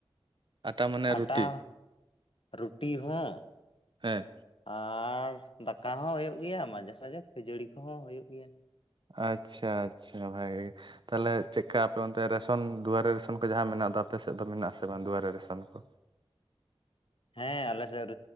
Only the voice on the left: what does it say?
ᱟᱴᱟ
ᱨᱩᱴᱤ ᱦᱚᱸ᱾
ᱟᱨ ᱫᱟᱠᱟ ᱦᱚᱸ ᱦᱩᱭᱩᱜ ᱜᱮᱭᱟ ᱢᱟᱡᱷᱮ ᱥᱟᱡᱷᱮ ᱠᱷᱟᱹᱡᱟᱹᱲᱤ ᱠᱚᱦᱚᱸ ᱦᱩᱭᱩᱜ ᱜᱮᱭᱟ᱾
ᱦᱮᱸ ᱟᱞᱮ ᱥᱮᱫ